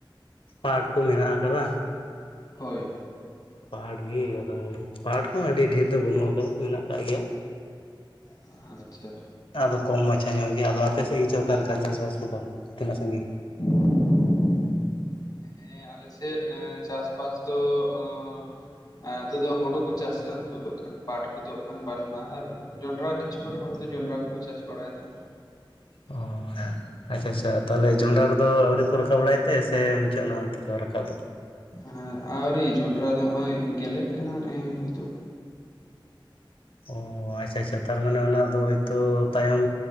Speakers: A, on the left; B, on the left.
A: ᱯᱟᱴ ᱠᱚ ᱢᱮᱱᱟᱜ ᱟᱠᱟᱫᱟ
B: ᱦᱳᱭ
A: ᱯᱟᱴ ᱜᱮ ᱟᱫᱚ ᱯᱟᱴ ᱦᱚᱸ ᱟᱹᱰᱤ ᱰᱷᱮᱨ ᱫᱚ ᱵᱟᱹᱱᱩᱜ ᱟᱠᱟᱫᱟ ᱢᱮᱱᱟᱜ ᱟᱠᱟᱜ ᱜᱮᱭᱟ
B: ᱟᱪᱪᱷᱟ
A: ᱟᱫᱚ ᱠᱚᱢ ᱢᱟᱪᱷᱟ ᱧᱚᱜ ᱜᱮᱭᱟ ᱟᱫᱚ ᱟᱯᱮ ᱥᱮᱫ ᱜᱮᱪᱚ ᱚᱠᱟ ᱞᱮᱠᱟ ᱪᱟᱥ ᱵᱟᱥ ᱠᱚᱫᱚ ᱛᱤᱱᱟᱹᱜ ᱥᱟᱹᱜᱤᱧᱼᱼ
B: <inaudible> ᱦᱮᱸ ᱟᱞᱮ ᱥᱮᱫ ᱮᱸ ᱪᱟᱥ ᱵᱟᱥ ᱫᱚᱼᱼ ᱟᱻ ᱱᱤᱛᱚ ᱫᱚ ᱦᱳᱲᱳ ᱠᱚ ᱪᱟᱥᱟ ᱱᱤᱛᱳ ᱫᱚ ᱠᱷᱟᱱ ᱯᱟᱴ ᱠᱚᱫᱚ ᱠᱷᱟᱱ ᱵᱟᱹᱱᱩᱜ ᱢᱟ ᱟᱨ ᱡᱚᱱᱰᱨᱟ ᱠᱤᱪᱷᱩᱜᱟᱱ ᱦᱚᱲ ᱫᱚ ᱡᱚᱸᱰᱨᱟ ᱠᱚ ᱪᱟᱥ ᱵᱟᱲᱟᱭ ᱫᱟ᱾
A: ᱚ ᱚᱱᱟ ᱟᱪᱪᱷᱟ ᱟᱪᱪᱷᱟ ᱛᱟᱦᱚᱞᱮ ᱡᱚᱸᱰᱨᱟ ᱠᱚᱫᱚ ᱟᱹᱣᱨᱤ ᱠᱚ ᱨᱟᱠᱟᱵ ᱵᱟᱲᱟᱭᱟ ᱛᱮ ᱥᱮ ᱢᱩᱪᱟᱹᱫ ᱮᱱᱟ ᱚᱱᱛᱮ ᱫᱚ ᱨᱟᱠᱟᱵ ᱫᱚᱼᱼ
B: ᱦᱮᱸ ᱟᱹᱣᱨᱤ ᱡᱚᱸᱰᱨᱟ ᱫᱚ ᱱᱚᱭᱚᱭ ᱜᱮᱞᱮᱜ ᱠᱟᱱᱟ ᱱᱮ ᱱᱤᱛᱳᱜᱼᱼ
A: ᱚ ᱟᱪᱪᱷᱟ ᱟᱪᱪᱷᱟ ᱛᱟᱨᱢᱟᱱᱮ ᱚᱱᱟ ᱫᱚ ᱦᱳᱭᱛᱚ ᱛᱟᱭᱚᱢ